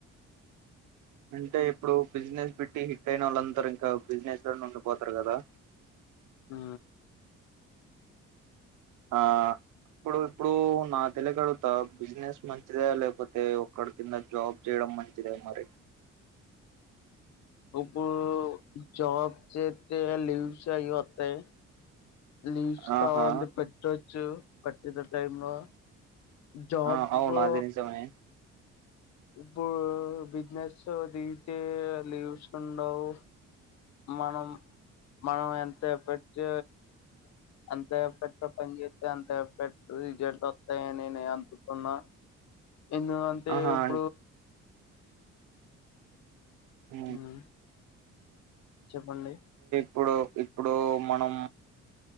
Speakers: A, on the right; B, on the left.
A: అంటే ఇప్పుడు బిజినెస్ పెట్టి హిట్ అయిన వాళ్ళందరూ ఇంకా బిజినెస్ లోనే ఉండిపోతారు కదా
B: ఉ
A: ఆ ఇప్పుడు ఇప్పుడు నాకు తెలియక అడుగుతా బిజినెస్ మంచిదే లేకపోతే ఒక్కడి కింద జాబ్ చేయడం మంచిద మరి
B: ఇప్పు జాబ్ చేతే లీవ్స్ అవి వత్తయి లీవ్స్
A: ఆహా
B: కావాలంటే పెట్టొచ్చు పట్టిత టైమ్ లో జాబు
A: ఆ అవును అది నిజమే
B: ఇప్పుడు బిజినెస్ దిచే లీవ్స్ ఉండవు మనం మనం ఎంత ఎఫెక్ట్ ఎంత ఎఫెక్ట్ పని చేస్తే అంత ఎఫెక్ట్ రిజల్ట్ వస్తాయిని నే అందుతున్నా ఎందు అంటే
A: ఆహా
B: ఓ
A: అన్ ఉ
B: ఉమ్, చెప్పండి
A: ఇప్పుడు ఇప్పుడు మనం